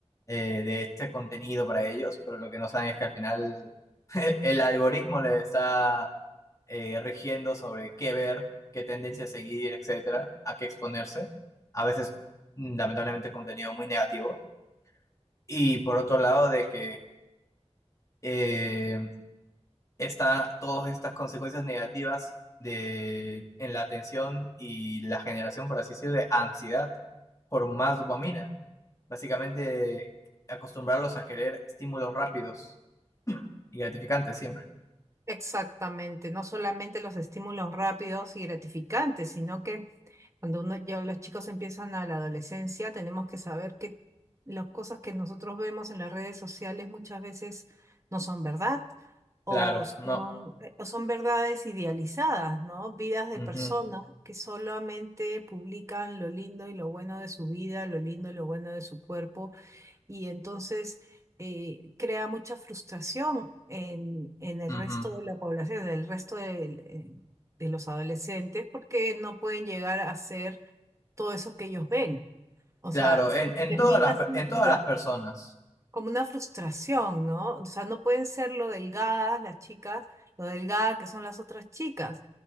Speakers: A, on the left; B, on the right.
A: eh, de este contenido para ellos, pero lo que no saben es que al final eh, el algoritmo les está eh, rigiendo sobre qué ver, qué tendencia seguir, etcétera, a qué exponerse, a veces mm, lamentablemente contenido muy negativo, y por otro lado de que eh, está todas estas consecuencias negativas de, en la atención y la generación, por así decirlo, de ansiedad por más dopamina. Básicamente, acostumbrarlos a querer estímulos rápidos y gratificantes siempre.
B: Exactamente, no solamente los estímulos rápidos y gratificantes, sino que Cuando uno, ya los chicos empiezan a la adolescencia, tenemos que saber que las cosas que nosotros vemos en las redes sociales muchas veces no son verdad o
A: Claro,
B: son,
A: no.
B: eh, o son verdades idealizadas, ¿no? Vidas de
A: ujú,
B: personas que solamente publican lo lindo y lo bueno de su vida, lo lindo y lo bueno de su cuerpo y entonces eh, crea mucha frustración en, en el
A: ujú.
B: resto de la población, en el resto del, eh, de los adolescentes, porque no pueden llegar a hacer todo eso que ellos ven. O
A: Claro,
B: sea,
A: en, en
B: termina
A: todas las, per-
B: siendo
A: en todas
B: una,
A: las personas.
B: como una frustración, ¿no? O sea, no pueden ser lo delgadas las chicas, lo delgada que son las otras chicas.